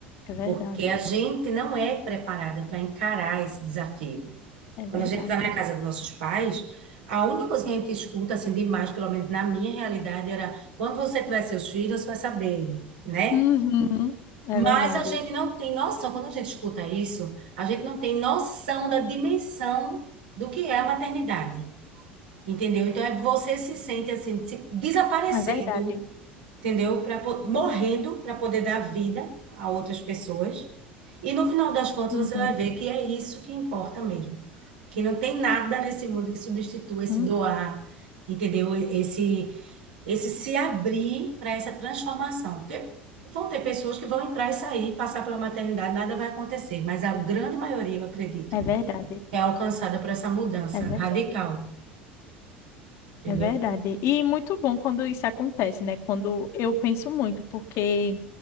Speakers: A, on the left; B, on the right.
A: É verdade,
B: porque a gente não é preparada para encarar esse desafio.
A: é
B: Quando
A: verdade.
B: a gente está na casa dos nossos pais, a única coisa que a gente escuta assim demais, pelo menos na minha realidade, era quando você tiver seus filhos, você vai saber, né?
A: Uhum, é
B: Mas
A: verdade,
B: a gente não tem noção, quando a gente escuta isso, a gente não tem noção da dimensão do que é a maternidade, entendeu? Então é você se sente assim, se- desaparecendo
A: é verdade.
B: entendeu? Para morrendo para poder dar vida a outras pessoas. E no final das contas
A: Uhum,
B: você vai ver que é isso que importa mesmo. Que não tem nada nesse mundo que substitua esse
A: uhum,
B: doar, entendeu? Esse esse se abrir para essa transformação. Porque vão ter pessoas que vão entrar e sair, passar pela maternidade, nada vai acontecer, mas a grande maioria, eu acredito,
A: é verdade,
B: é alcançada por essa mudança
A: é verdade.
B: radical, entendeu?
A: É verdade. E muito bom quando isso acontece, né? Quando eu penso muito, porque